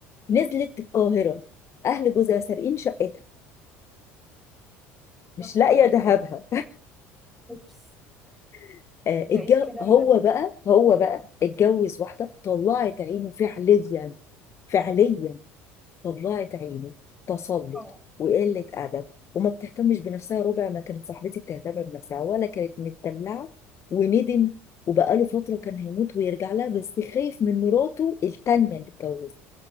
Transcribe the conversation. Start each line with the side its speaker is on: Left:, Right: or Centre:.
Left: نزلت القاهره اهل جوزها سارقين شقتها مش
Centre: يا نهار
Left: لاقيه
Centre: ابيض
Left: ذهبها
Centre: اوبس
Left: <laughs> آه الجو
Centre: ده ايه الكلام
Left: هو
Centre: ده
Left: بقى هو بقى اتجوز واحده طلعت عينه فعليا فعليا طلعت عينه تسلط
Centre: اه
Left: وقله ادب وما بتهتمش بنفسها ربع ما كانت صاحبتي بتهتم بنفسها ولا كانت متدلعه وندم وبقاله فتره كان هيموت ويرجع لها بس خايف من مراته التانيه اللي اتجوزها